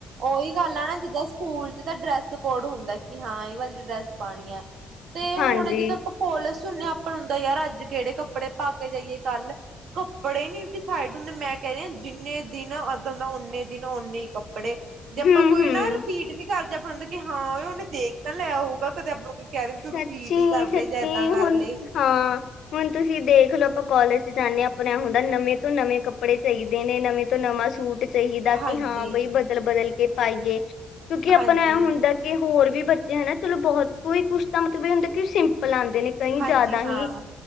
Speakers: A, on the right; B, on the left.
A: ਉਹੀ ਗੱਲ ਆ ਨਾ ਜਿੱਦਾਂ ਸਕੂਲ 'ਚ ਤੇ ਡਰੈਸ ਕੋਡ ਹੁੰਦਾ ਕਿ ਹਾਂ ਇਹ ਵਾਲੀ ਡਰੈਸ ਪਾਣੀ ਹੈ, ਤੇ ਹੁਣ
B: ਹਾਂਜੀ
A: ਜਦੋਂ ਕੋਲੇਜ ਸੁਣਿਆ ਆਪਾਂ ਹੁੰਦਾ ਯਾਰ ਅੱਜ ਕਿਹੜੇ ਕੱਪੜੇ ਪਾ ਕੇ ਜਾਈਏ ਕਲ ਕੱਪੜੇ ਨੀ ਡਿ ਸਾਈਡ ਹੁੰਦੇ ਮੈਂ ਕਹਿ ਰਹੀ ਜਿੰਨੇ ਦਿਨ ਏਦਾ ਹੁੰਦਾ ਉਨੇ ਦਿਨ ਓਨੇ ਹੀ ਕੱਪ ਕੱਪੜੇ ਜੇ ਆਪਾਂ
B: ਹੂੰ
A: ਕੋਈ
B: ਹੂੰ
A: ਨਾ ਰਿਪੀਟ ਵੀ ਕਰ ਜੇ ਆਪਾਂ ਕਿ ਹਾਂ ਉਹ ਉਹਨੇ ਦੇਖ ਤਾਂ ਲਿਆ ਹੋਊਗਾ ਕਦੇ ਆਪਣਾ ਕੋਈ ਕਹਿ ਦੇ
B: ਸੱਚੀ
A: ਤੂੰ ਰਿਪੀਟ ਹੀ ਕਰ
B: ਸੱਚੀ
A: ਲੇ ਜਾਂ ਏਦਾਂ ਕਰ
B: ਹੁਣ
A: ਲਏ
B: ਹਾਂ ਹੁਣ ਤੁਸੀਂ ਦੇਖ ਲਓ ਆਪਾਂ ਕਾਲਜ 'ਚ ਜਾਂਦੇਂ ਹਾਂ ਆਪਣਾਂ ਹੁੰਦਾ ਨਵੇਂ ਤੋਂ ਨਵੇਂ ਕੱਪੜੇ ਚਾਹੀਦੇ ਨੇਂ। ਨਵੇਂ ਤੋਂ ਨਵਾਂ ਸ਼ੂਟ ਚਾਹੀਦਾ ਕਿ
A: ਹਾਂਜੀ।
B: ਹਾਂ ਬਈ ਬਦਲ- ਬਦਲ ਕੇ ਪਾਈਏ। ਕਿਉਂਕਿ
A: ਹਾਂਜੀ,
B: ਆਪਣਾ ਐਹ ਹੁੰਦਾ। ਕਿ ਹੋਰ ਵੀ ਬੱਚੇ ਹਨਾ। ਚਲੋ ਬਹੁਤ ਕੋਈ ਕੁੱਛ ਤਾਂ ਮੱਤਲਬ ਇਹ ਹੁੰਦਾ ਕਿ ਸਿੰਪਲ ਆਂਦੇ ਨੇ। ਕਈ
A: ਹਾਂਜੀ
B: ਜ਼ਿਆਦਾ
A: ਹਾਂ,
B: ਹੀ